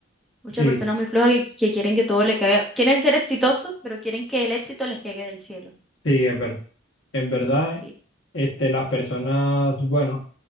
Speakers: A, in the centre; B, on the left.
A: Muchas
B: Sí,
A: personas muy flojas que, que quieren que todo le caiga, quieren ser exitosos, pero quieren que el éxito les caiga del cielo.
B: sí, es verdad. En verdad,
A: Sí,
B: este, las personas, bueno,